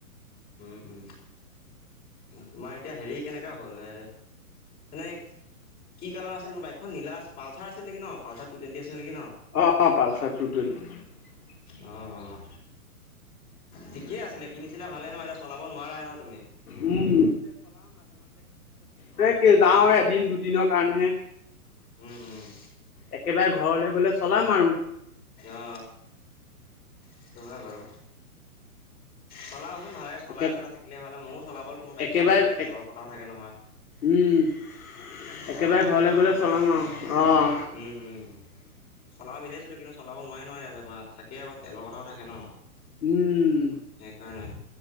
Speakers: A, on the left; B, on the left.
A: উম, উম, তোমাৰ এতিয়া হেৰি কেনেকা হ'ল এ মানে কি কালাৰ আছিল বাইকখন নীলা পালচাৰ আছিল নেকি ন', পালচাৰ আছিল নেকি ন অ
B: অ', পালচাৰ টু টুৱেণ্টি।
A: অ', অ', ঠিকেই আছিলে, কিনিছিলা ভাল ন', এতিয়া চলাব নোৱাৰা ন', তুমি
B: উম, তাকে যাওঁহে
A: উম
B: এদিন দুদিনৰ কাৰণেহে
A: উম উম
B: একেবাৰে ঘৰলৈ গলে চলাম আৰু
A: অ সেইটো হয় বাৰু চলা ভালকে
B: একে
A: চাইলাই থাকিলে ভালে ময়ো চলাবলে তোমাৰ বাইকখন
B: একেবাৰে
A: আকৌ তেলৰ কথাও থাকে নহয়
B: উম
A: তেলৰ
B: একেবাৰে
A: কথাও
B: ঘৰলে
A: থাকে ন
B: গ'লে
A: সেইকাৰণে
B: চলাম
A: তোমাৰ
B: আৰু
A: মানে
B: অ'
A: উম উম চলাব বিচাৰিছিলো কিন্তু চলাব নোৱাৰি নহয় তাতে মানে থাকে আকৌ তেলৰ কথাও থাকে ন সেইকাৰণে
B: উম,